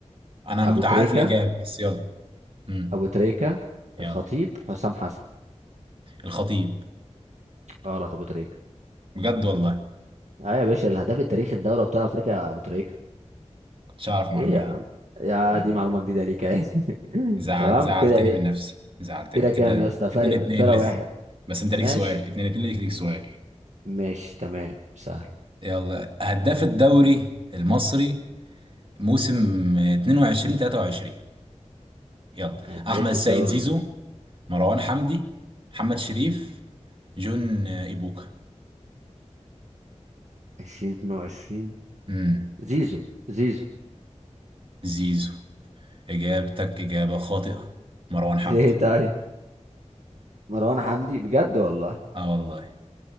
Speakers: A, on the right; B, on the right.
A: انا
B: أبو
A: متعارف
B: تريكة
A: الاجابه بس يلا امم
B: أبو تريكة
A: يلا
B: الخطيب حسام حسن
A: الخطيب
B: غلط أبو تريكة
A: بجد والله
B: اه يا باشا الهداف التاريخي لدوري أبطال أفريقيا أبو تريكة
A: كنتش اعرف المعلومه
B: ايه يا
A: دي
B: عم يا
A: لا
B: دي
A: لا
B: معلومة
A: لا
B: جديدة ليك يعني
A: زعل
B: <laughs> تمام
A: زعلتني
B: كده ايه
A: من نفسي زعلتني
B: كده
A: كده
B: كام يا اسطى فارق
A: اتنين اتنين
B: فرق
A: لسه
B: واحد
A: بس انت ليك
B: ماشي
A: سؤال اتنين اتنين ليك ليك سؤال
B: ماشي تمام سهل
A: يلا هداف الدوري المصري موسم 22 23 يلا
B: هداف
A: احمد السيد
B: الدوري
A: زيزو مروان حمدي محمد شريف جون ايبوكا
B: 2022
A: امم
B: زيزو زيزو
A: زيزو اجابتك اجابه خاطئه مروان حمدي
B: <laughs> ليه طيب مروان حمدي بجد والله
A: اه والله